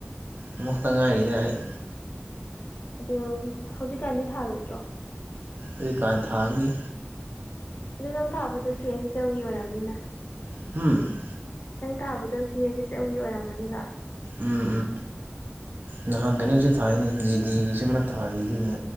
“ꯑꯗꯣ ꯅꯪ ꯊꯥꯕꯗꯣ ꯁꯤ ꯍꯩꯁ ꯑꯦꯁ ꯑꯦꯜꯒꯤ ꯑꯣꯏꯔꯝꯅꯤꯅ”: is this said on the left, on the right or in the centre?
Left